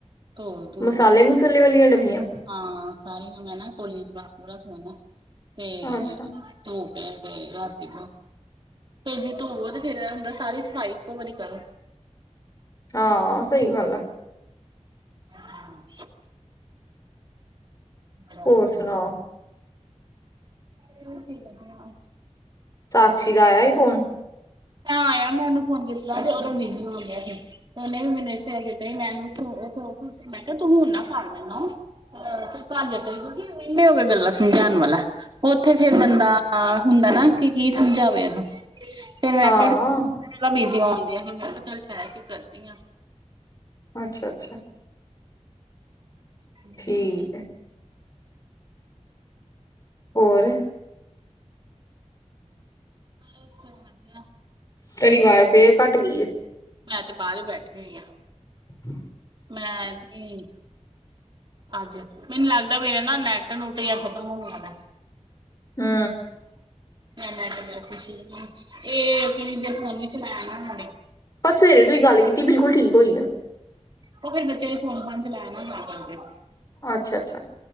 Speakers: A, on the right; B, on the left.
A: ਧੋ ਧੋ
B: ਮਸਾਲੇ
A: ਕੇ
B: ਮਸੂਲੇ ਵਾਲੀਆਂ ਡੱਬੀਆਂ
A: ਹਾਂ ਸਾਰੀ ਨੂੰ ਮੈਂ ਨਾ ਭੋਲੀ ਪੂਰਾ ਖਾਣਾ ਤੇ
B: ਅੱਛਾ
A: ਧੋ ਰਾਤੀ ਫ ਜੇ ਧੋਵੋ ਤੇ ਫੇਰ ਹੁੰਦਾ ਸਾਰੀ ਸਫ਼ਾਈ ਇੱਕੋ ਵਾਰੀ ਕਰੋ।
B: ਹਾਂ ਸਹੀ ਗੱਲ ਆ।
A: ਹੂੰ ਬਾਈ।
B: ਹੋਰ ਸੁਣਾਓ
A: ਇਹ ਸਹੀ ਗੱਲ ਬਸ
B: ਸਾਕਸ਼ੀ ਦਾ ਆਇਆ ਸੀ ਫੋਨ
A: ਆਇਆ ਮੈਂ ਉਹਨੂੰ ਫੋਨ ਕੀਤਾ ਤੇ ਉਦੋਂ ਬਿਜੀ ਹੋ ਗਿਆ ਸੀ ਤੇ ਉਹਨੇ ਵੀ ਮੈਨੂੰ <unintelligible> ਮੈਨੂੰ ਮੈਂ ਕਿਹਾ ਤੂੰ ਹੁਣ ਨਾ ਕਰ ਲੈਣਾ। <unintelligible> ਗੱਲਾਂ ਸਮਝਾਉਣ ਵਾਲਾ ਉੱਥੇ ਫੇਰ ਬੰਦਾ ਹੁੰਦਾ ਨਾ ਕਿ ਕੀ ਸਮਝਾਵੇ ਉਹਨੂੰ ਫੇਰ ਮੈਂ
B: ਹਾਂ
A: ਕਿਹਾ <unintelligible> ਬੀਜੀ ਆ। <unintelligible> ਮੈਂ ਕਿਹਾ ਚੱਲ ਠਹਿਰ ਕੇ ਕਰਦੀ ਹਾਂ।
B: ਅੱਛਾ ਅੱਛਾ।
A: <unintelligible>
B: ਠੀਕ ਹੈ ਹੋਰ?
A: ਬਸ ਵਧੀਆ
B: ਤੁਹਾਡੀ ਆਵਾਜ਼ ਫੇਰ ਘੱਟ ਗਈ ਆ।
A: ਮੈਂ ਤੇ ਬਾਹਰ ਹੀ ਬੈਠੀ ਹੋਈ ਹਾਂ।
B: ਹੂੰ।
A: ਮੈਂ ਵੀ ਅੱਜ ਮੈਨੂੰ ਲੱਗਦਾ ਮੇਰੇ ਨਾ ਨੈਟ ਨੁੱਟ ਜਾਂ ਖ਼ਤਮ ਹੋਣ ਵਾਲਾ
B: ਹੂੰ
A: ਮੇਰਾ ਨੈਟਵਰਕ ਇਸ਼ੂ ਇਹ <unintelligible> ਹੁਣ ਹੀ ਚਲਾਇਆ ਨਾ ਸਾ
B: ਪਰ ਸਵੇਰੇ ਤੋਂ ਹੀਂ ਗੱਲ ਕੀਤੀ ਬਿਲਕੁਲ ਠੀਕ ਹੋਈ ਆ।
A: ਉਹ ਫੇਰ ਬੱਚਿਆਂ ਨੇ ਫੋਨ ਫ਼ਾਨ ਚਲਾਇਆ ਨ ਤਾਂ ਕਰਕੇ
B: ਅੱਛਾ ਅੱਛਾ